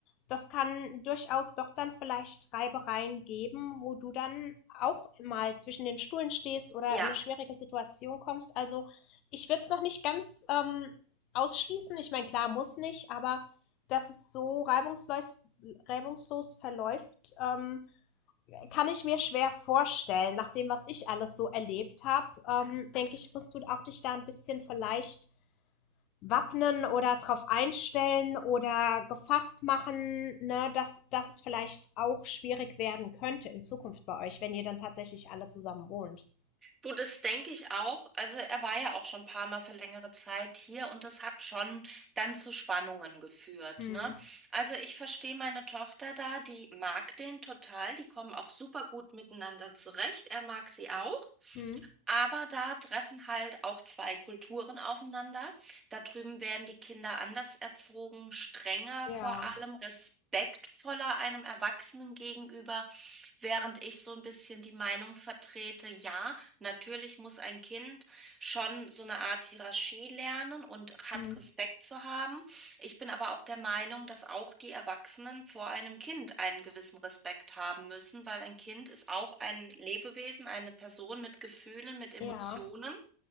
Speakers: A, on the left; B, on the right.
A: das kann durchaus doch dann vielleicht Reibereien geben, wo du dann auch mal zwischen den Stühlen stehst oder
B: ja,
A: in eine schwierige Situation kommst. Also ich würde es noch nicht ganz ähm, ausschließen. Ich meine, klar, muss nicht, aber dass es so reibungslos reibungslos verläuft, ähm, kann ich mir schwer vorstellen. Nach dem, was ich alles so erlebt habe, ähm, denke ich, musst du auch dich da ein bisschen vielleicht wappnen oder drauf einstellen oder gefasst machen, ne, dass, dass es vielleicht auch schwierig werden könnte in Zukunft bei euch, wenn ihr dann tatsächlich alle zusammen wohnt.
B: Du, das denke ich auch. Also er war ja auch schon ein paar Mal für längere Zeit hier und das hat schon dann zu Spannungen geführt,
A: Hm.
B: ne? Also ich verstehe meine Tochter da, die mag den total, die kommen auch super gut miteinander zurecht. Er mag sie auch.
A: Hm.
B: Aber da treffen halt auch zwei Kulturen aufeinander. Da drüben werden die Kinder anders erzogen, strenger
A: Ja.
B: vor allem, respektvoller einem Erwachsenen gegenüber, während ich so ein bisschen die Meinung vertrete, ja, natürlich muss ein Kind schon so eine Art Hierarchie lernen und hat
A: Hm.
B: Respekt zu haben. Ich bin aber auch der Meinung, dass auch die Erwachsenen vor einem Kind einen gewissen Respekt haben müssen, weil ein Kind ist auch ein Lebewesen, eine Person mit Gefühlen, mit Emotionen.
A: Ja.